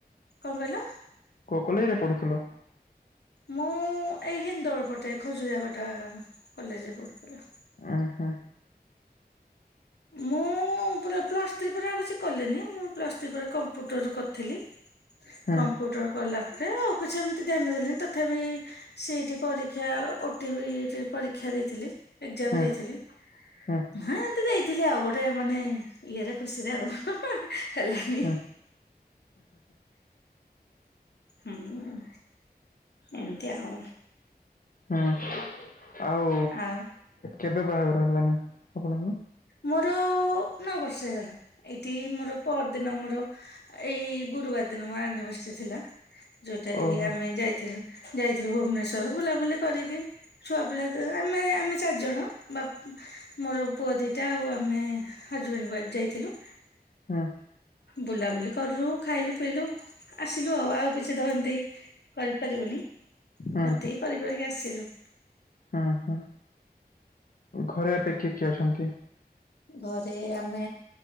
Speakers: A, on the left; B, on the left.
A: କଣ କହିଲ?
B: କୋଉ କଲେଜ ରେ ପଢୁଥିଲ?
A: ମୁଁ ଏଇ ହିନ୍ଦୋଳ ପଟେ ଖଜୁରିଆ କଟା କଲେଜରେ ପଢୁଥିଲା।
B: ଉଁ ହୁଁ
A: ମୁଁ ମୁଁ ପୁରା ପ୍ଲସ୍ ଥ୍ରୀ ପରେ ଆଉ କିଛି କଲେନି ମୁଁ ପ୍ଲସ୍ ଥ୍ରୀ ପରେ କମ୍ପ୍ୟୁଟରୁ କରିଥିଲି।
B: ହୁଁ
A: କମ୍ପୁଟର କଲା ପରେ ଆଉ କିଛି ଏମିତି ଧ୍ୟାନ ଦେଲେଣି ତ ତଥାପି ସେଠି ପରୀକ୍ଷା ଓଟିଭି ପରୀକ୍ଷା ଦେଇଥିଲି। ଏଜାମ
B: ହୁଁ
A: ଦେଇଥିଲି
B: ହୁଁ
A: ହେ ଏତେ ଯାଇଥିଲି ଆଉ ଗୋଟେ ମାନେ ଇଏରେ ଖୁସିରେ ଆଉ। ହେଲାନି
B: ହୁଁ
A: ହୁଁ। ଏମିତି ଆଉ।
B: ହୁଁ ଆଉ
A: ଆଉ
B: କେବେ ବାହାଘର ହେଲାଣି ଆପଣଙ୍କର?
A: ମୋର ନଅ ବର୍ଷ ହେଇଗଲା ଏଇଠି ମୋର ପହର ଦିନ ଆମର ଏଇ ଗୁରୁବାର ଦିନ ମୋର ଆନିବର୍ଷରି ଥିଲା ଯୋଉଟା କି
B: ଓହୋ
A: ଆମେ ଯାଇ ଯାଇଥିଲୁ ଭୁବନେଶ୍ଵର ବୁଲାବୁଲି କରିକି ଛୁଆ ପିଲା ତ ଆମେ ଆମେ ଚାରି ଜଣ ବାପ ମୋର ପୁଅ ଦିଟା ଆଉ ଆମେ ହଜବ୍ୟାଣ୍ଡ ୱାଇଫ୍ ଯାଇଥିଲୁ।
B: ହୁଁ
A: ବୁଲାବୁଲି କରୁ ଖାଇଲୁ ପିଲୁ ଆସିଲୁ ଆଉ ଆଉ କିଛି ତ ହେମିତି କରିପାରିବୁନି
B: ହୁଁ
A: ଏତିକି କରିି କରିକି ଆସିଲୁ
B: ହଁ ହଁ। ଘରେ ଏବେ କିଏ କିଏ ଅଛନ୍ତି?
A: ଘରେ ଆମେ